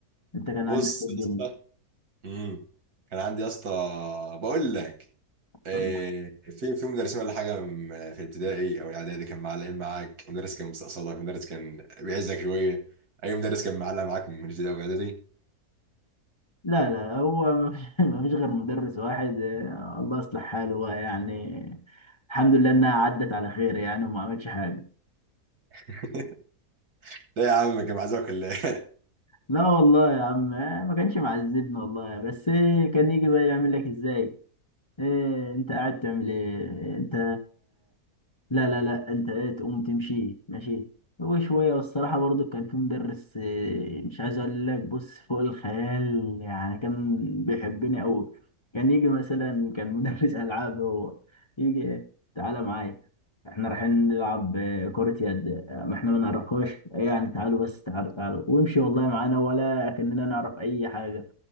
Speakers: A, on the left; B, on the right.
A: انت كان
B: بص
A: عندك إيه الدنيا
B: يا اسطى امم كان عندي يا اسطى بقول لك إيه،
A: طيب
B: في في مدرسين ولا حاجه م- في الابتدائي او الاعدادي كان معلقين معاك مدرس كان مستقصدك مدرس كان بيعزك شويه اي مدرس كان معلق معاك من الابتدائي والاعدادي
A: لا لا هو <laughs> ما فيش غير مدرس واحد آه، الله يصلح حاله بقى يعني الحمد لله انها عدت على خير يعني وما عملش حاجه
B: <laughs> لا يا عم كان معزك ولا إيه؟
A: لا والله يا عم آه، ما كانش معذبنا والله بس إيه، كان يجي بقى يعمل لك ازاي إيه انت قاعد تعمل ايه انت لا لا لا انت ايه تقوم تمشي ماشي وشوية والصراحة برضو كان في مدرس آه، مش عايز اقول لك بص فوق الخيال يعني كان بيحبني اوي كان يجي مثلا كان مدرس <laughs> العاب هو يجي تعالى معايا احنا رايحين نلعب آه، كرة يد آه، ما احنا ما نعرفهاش آه، يعني تعالوا بس تعالوا تعالوا ويمشي والله معانا ولا كأننا نعرف اي حاجة